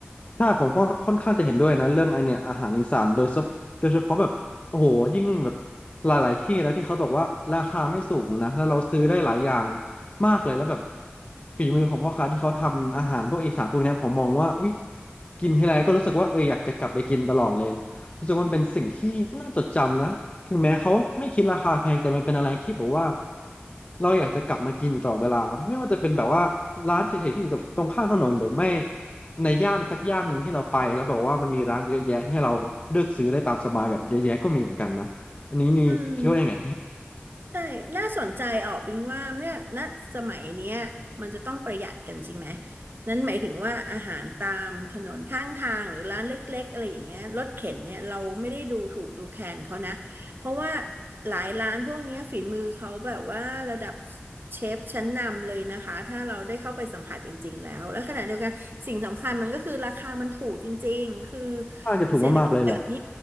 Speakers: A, on the left; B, on the right.
A: ใช่ผมก็ค่อนข้างจะเห็นด้วยนะเรื่องไอเนี่ยอาหารอีสานโดยเฉโดยเฉพาะแบบโอ้โหยิ่งแบบหลายๆที่นะที่เขาแบบว่าราคาไม่สูงนะแล้วเราซื้อได้หลายอย่างมากเลยแล้วแบบฝีมือของพ่อค้าที่เขาทำอาหารพวกอีสานพวกเนี้ยผมมองว่าอุ้ยกินทีไรก็รู้สึกว่าเอออยากจะกลับไปกินตลอดเลยรู้สึกว่ามันเป็นสิ่งที่น่าจดจำนะถึงแม้เขาไม่คิดราคาแพงแต่มันเป็นอะไรที่แบบว่า เราอยากจะกลับมากินอยู่ตลอดเวลาไม่ว่าจะเป็นแบบว่าร้านเฉยๆที่อยู่ตรงข้างถนนหรือไม่ในย่านสักย่านหนึ่งที่เราไปแล้วแบบว่ามันมีร้านเยอะแยะให้เราเลือกซื้อได้ตามสบายแบบเยอะแยะก็มีเหมือนกันนะอันนี้มีคิดว่ายังไง
B: ๆอืม ใช่น่าสนใจออกปิงว่าเนี่ยณสมัยเนี้ยมันจะต้องประหยัดกันจริงไหม นั้นหมายถึงว่าอาหารตามถนนข้างทางหรือร้านเล็กๆอะไรอย่างเงี้ยรถเข็นเนี่ยเราไม่ได้ดูถูกดูแคลนเขานะเพราะว่าหลายร้านพวกเนี้ยฝีมือเขาแบบว่าระดับเชฟชั้นนำเลยนะคะถ้าเราได้เข้าไปสัมผัสจริงๆแล้ว และขณะเดียวกันสิ่งสำคัญมันก็คือราคามันถูกจริงๆคือ
A: <laughs> ค่อนข้างจะถูกมากๆเลยแหละ
B: เศรษฐกิจแบบนี้